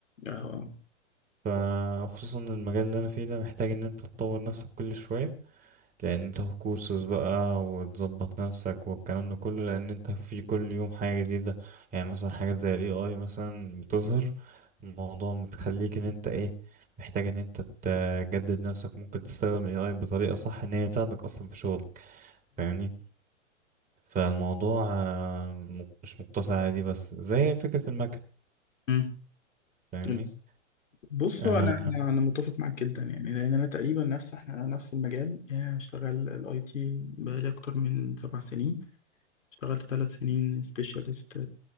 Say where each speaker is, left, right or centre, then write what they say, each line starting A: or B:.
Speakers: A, on the left (about 80°); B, on the right (about 20°).
A: اه آه.
B: فخصوصا المجال اللي انا فيه ده محتاج ان انت تطور نفسك كل شوية لان انت هتكورسز بقى وتظبط نفسك والكلام ده كله لان انت في كل يوم حاجة جديدة يعني مثلا حاجات زي الاي اي مثلا بتظهر الموضوع متخليك ان انت ايه محتاج ان انت تجدد نفسك ممكن تستخدم الاي اي بطريقة صح ان هي تساعدك اصلا في شغلك فاهمني فالموضوع آه، م- مش مقتصر على دي بس زي فكرة المكن
A: مم.
B: فاهمني
A: مم. بصوا
B: آه،
A: انا انا انا متفق معاك جدا يعني لان انا تقريبا نفس احنا نفس المجال يعني انا شغال الاي تي بقالي اكتر من سبع سنين اشتغلت ثلاث سنين سبيشالست